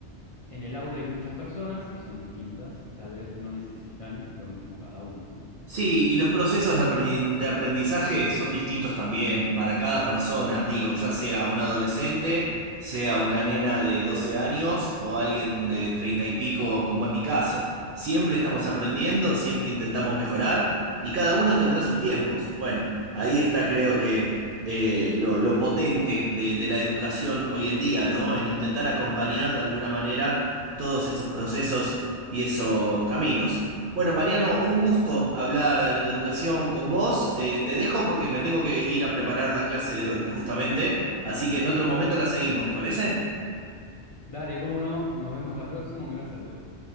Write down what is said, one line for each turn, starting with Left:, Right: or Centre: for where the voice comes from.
Left: en el aula hay muchas personas que son distintas y tal vez no necesitan lo mismo cada una, ¿no?
Right: Sí, y los procesos de aprendi- de aprendizaje son distintos también para cada persona, digo, ya sea un adolescente, sea una nena de 12 años o alguien de 30 y pico, como es mi caso. Siempre estamos aprendiendo, siempre intentamos mejorar y cada uno tendrá sus tiempos. Bueno, ahí está creo que eh, lo, lo potente de, de la educación hoy en día, ¿no? En intentar acompañar de alguna manera todos esos procesos y esos caminos. Bueno, Mariano, un gusto hablar eh, de educación con vos. Eh, te dejo porque me tengo que ir a preparar la clase de hoy, justamente. Así que en otro momento la seguimos, ¿te parece?
Left: Dale, cómo no, nos vemos la próxima, un gran saludo.